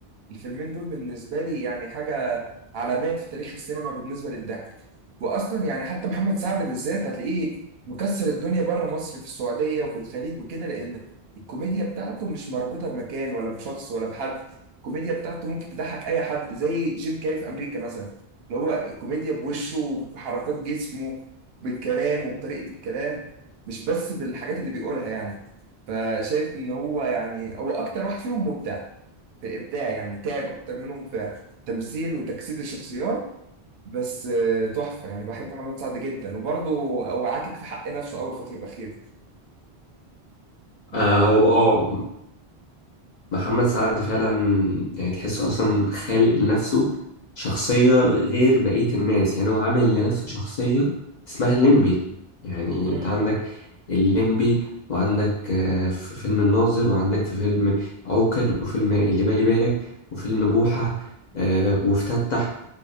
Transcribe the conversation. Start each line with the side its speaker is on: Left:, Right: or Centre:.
Right: الفيلمين دول بالنسبة لي يعني حاجة علامات في تاريخ السينما بالنسبة للضحك وأصلا يعني حتى محمد سعد بالذات هتلاقيه مكسر الدنيا بره مصر في السعودية وفي الخليج وكده لأن الكوميديا بتاعته مش مربوطة بمكان ولا بشخص ولا بحد الكوميديا بتاعته ممكن تضحك أي حد زي جيم كاري في أمريكا مثلا اللي هو الكوميديا بوشه بحركات جسمه بالكلام وبطريقة الكلام مش بس بالحاجات اللي بيقولها يعني فشايف إن هو يعني هو أكتر واحد فيهم مبدع في الابداع يعني تعب اكتر منهم في تمثيل وتجسيد الشخصيات بس آه، تحفه يعني بحب محمد سعد جدا وبرضه هو عاكك في حق نفسه اول الفتره الاخيره انت
Left: آه هو بقى اه محمد سعد فعلا يعني تحسه اصلا خالق لنفسه شخصية غير بقية الناس يعني هو عامل لنفسه شخصية اسمها الليمبي يعني
Right: امم
Left: انت عندك الليمبي وعندك آه، في فيلم الناظر وعندك في فيلم عوكل وفيلم اللي بالي بالك وفيلم بوحة آه، وافتتح